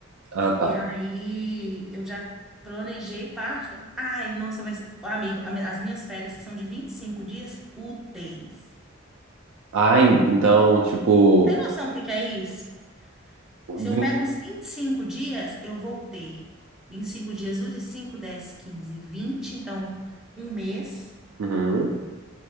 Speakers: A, on the right; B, in the centre.
A: Ah, tá.
B: E aí eu já planejei parte. da- Ai, nossa, vai ser. Ô, Amigo, a mi- as minhas férias são de 25 dias úteis.
A: Ah, en- então, tipo.
B: Tem noção do que que é isso? Se eu
A: vin-
B: pego os 25 dias, eu vou ter 25 dias úteis, cinco, dez, quinze, vinte, Então, um mês,
A: Uhum.